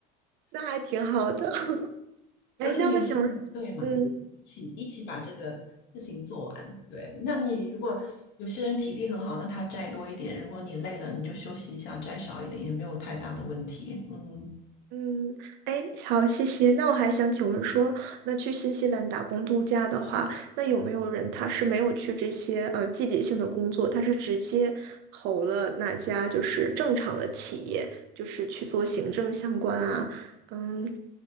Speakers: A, on the right (about 60°); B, on the left (about 60°).
A: 那还挺好的。<laughs>
B: <laughs>
A: 哎，
B: 而且你们是团队嘛，
A: 那我想，嗯，
B: 一起一起把这个事情做完。对，那你如果有些人体力很好，那他摘多一点；如果你累了，你就休息一下，摘少一点也没有太大的问题，嗯。
A: 嗯，哎，好，谢谢。那我还想请问说，那去新西兰打工度假的话，那有没有人他是没有去这些呃季节性的工作，他是直接投了哪家就是正常的企业，就是去做行政相关啊？嗯，